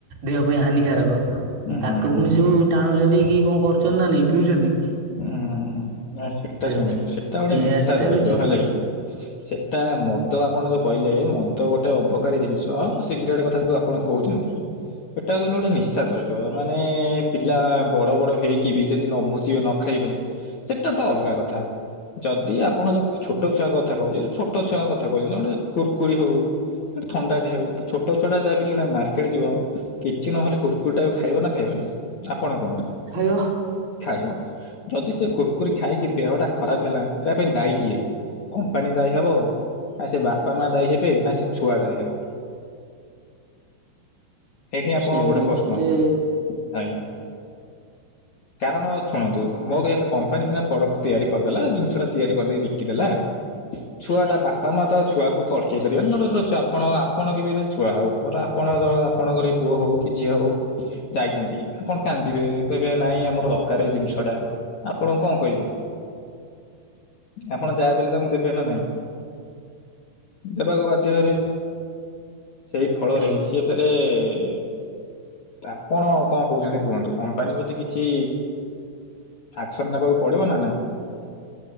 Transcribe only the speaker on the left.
ହୁଁ
ହୁଁ ହୁଁ
ହୁଁ
ଉଁ ହୁଁ ଆ ସେଟା ଶୁଣନ୍ତୁ
ସେଟା ଗୋଟେ
ନିଶା ଦରବ୍ୟ
ହେଲା
କିି‌। ସେଟା ମଦ ଆପଣ ଯୋଉ କହିଲେ ମଦ ଗୋଟେ ଅବକାରୀ ଜିନିଷ। ତ ସିଗରେଟ୍ କଥା ଯୋଉ ଆପଣ କୋହୁଚନ୍ତି ସେଟା ଯେନ୍ ଗୋଟେ ନିଶା ଦ୍ରବ୍ୟ ମାନେ ପି ଲା ବଡ଼ ବଡ଼ ହେଇକି ବି ଯଦି ନବୁଝିବେ ନ ଖାଇବେ ସେଟା ତ ଅଲଗା କଥା। ଯଦି ଆପଣ ଯୋଉ ଖୋ ଛୋଟ କଥା କହୁଚ ଯେ ଛୋଟ ଛୁଆଙ୍କ କଥା କୋହୁଚନ୍ତି ଗୋଟେ କୁର୍କୁରି ହଉ ଗୋଟେ ଥଣ୍ଡାଟେ ହଉ ତ ଛୋଟ ଛୁଆଟ ଯାହା ବି ହେଲେ ସା ମାର୍କେଟ ଯିବ କିଛି ନହେଲେ କୁର୍କୁରିଟାକୁ ଖାଇବ ନାଁ ଖାଇବ ନି ଆପଣ କୁହନ୍ତୁ।
ଖାଇବ ଯଦି ସେ କୁର୍କୁରି ଖାଇକି ଦେହଟା ଖରାପ ହେଲା ସେଆ ପାଇଁ ଦାୟୀ କିଏ? କମ୍ପାନୀ ଦାୟୀ ହବ ନାଁ ସେ ବାପା ମା ଦାୟୀ ହେବେ ନାଁ ସେ ଛୁଆ ଦାୟୀ ହବ? ଏଇଠି ଆପଣଙ୍କୁ
ଗୋଟେ ପ୍ରଶ୍ନ ଆଜ୍ଞା। କାରଣ ଛୁଣନ୍ତୁ ମୋ କହିବା କଥା କମ୍ପାନୀ ସିନା ପ୍ରଡକ୍ଟ ତିଆରି କରିଦେଲା ଦୁଇଟା ଛଅଟା ତିଆରି କରିଦେଇକି ବିକିଦେଲା। ଛୁଆଟା ବାପା ମା ତ ଛୁଆକୁ କିଏ ଅଟକେଇ ପାରିବେନି <unintelligible> ତ ଆପଣ ଆ ଆପଣ କେବେର ଛୁଆ ହଉ ଗୋଟେ ଜ ଆପଣ ଆପଣଙ୍କର ବି ପୁଅ ହଉ କି ଝିଅ ହଉ ଯାଇଚନ୍ତି ଆପଣ କ୍ୟା ନ୍ଦିବେ କହିବେ ନାଇଁ ଆମର ଦକାରେ ଏଇ ଜିନିଷଟା ଆପଣ କଣ କହିବେ? ଆପଣ ଯାହା ବି ହେଲେ ତାଙ୍କୁ ଦେବେ ନାଁ ନାଇଁ? ଦେବାକୁ ବାଧ୍ୟ ହେବେ ସେଇ ଫଳରେ
ସିଏ ଫେରେ ଏ ଆପଣ କଁ କୋହୁଛନ୍ତି କୁହନ୍ତୁ କମ୍ପାନୀ ପତି କି ଚି ଆକ୍ସନ୍ ନବାକୁ ପଡ଼ିବ ନାଁ ନାଇଁ?